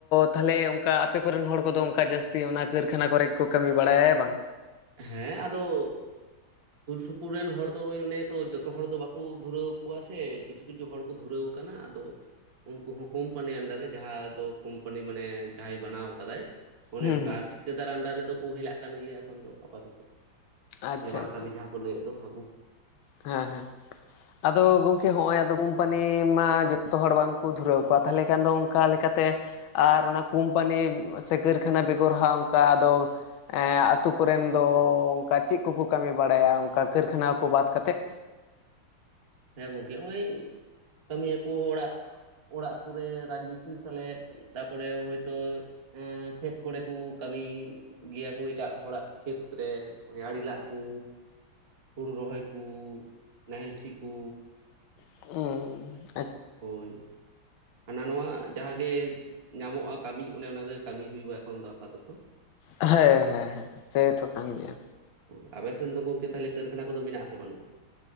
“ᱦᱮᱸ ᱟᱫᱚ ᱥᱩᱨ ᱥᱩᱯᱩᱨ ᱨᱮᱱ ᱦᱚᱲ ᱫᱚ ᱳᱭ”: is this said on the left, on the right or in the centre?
Right